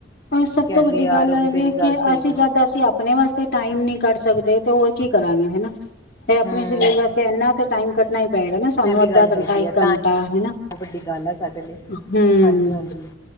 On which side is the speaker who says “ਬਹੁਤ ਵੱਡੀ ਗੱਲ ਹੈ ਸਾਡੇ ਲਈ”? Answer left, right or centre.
Left